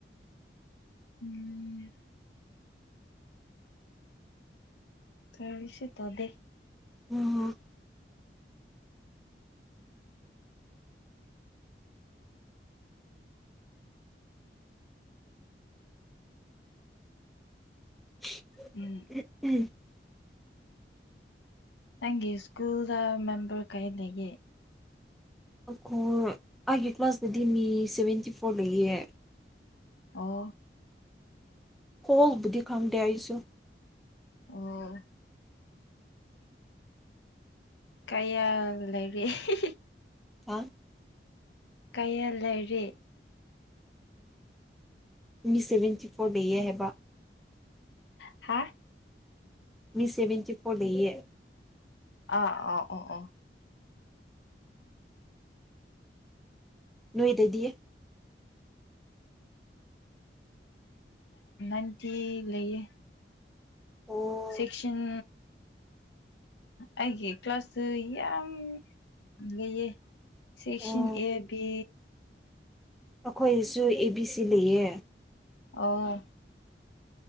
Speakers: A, on the left; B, in the centre.
A: ꯎꯝ ꯀꯔꯤꯁꯨ ꯇꯧꯗ‌ꯦ
B: ꯎꯝ ꯍꯝ <unintelligible>
A: ꯎꯝ
B: <unintelligible>
A: ꯅꯪꯒꯤ ꯁ꯭ꯀꯨꯜ ꯗ ꯃꯦꯝꯕꯔ ꯀꯩ ꯂꯩꯒ‌ꯦ
B: ꯑꯩꯈꯧꯏ ꯑꯩꯒꯤ ꯀ꯭ꯂꯥꯁꯇꯗꯤ ꯃꯤ ꯁꯚꯦꯟꯇꯤ ꯐꯣꯔ ꯂꯩꯌꯦ
A: ꯑꯣ
B: ꯍꯣꯜꯕꯨꯗꯤ ꯈꯪꯗꯦ ꯑꯩꯁꯨ
A: ꯑꯣ ꯀꯌꯥ ꯂꯩꯔꯤ <unintelligible>
B: ꯍ
A: ꯀꯌꯥ ꯂꯩꯔꯤ
B: ꯃꯤ ꯁꯦꯚꯦꯟꯇꯤ ꯐꯣꯔ ꯂꯩꯌꯦ ꯍꯥꯏꯕ
A: ꯍꯥ
B: ꯃꯤ ꯁꯦꯚꯦꯟꯇꯤ ꯐꯣꯔ ꯂꯩꯌꯦ
A: ꯑꯥ ꯑ ꯑꯣ ꯑꯣ
B: ꯅꯣꯏꯗꯗꯤ
A: ꯅꯥꯏꯟꯇꯤ ꯂꯩꯌꯦ
B: ꯑꯣ
A: ꯆ‌ꯦꯛꯁꯤꯟ ꯑꯩꯒꯤ ꯀ꯭ꯂꯥꯁꯇ ꯌꯥꯝ ꯂꯩꯌꯦ ꯁ‌ꯦꯛꯁꯥꯟ
B: ꯑꯣ
A: ꯑꯦ ꯕꯤ
B: ꯑꯩꯈꯣꯏꯁꯨ ꯑꯦ ꯕꯤ ꯁꯤ ꯂꯩꯌꯦ
A: ꯑꯣ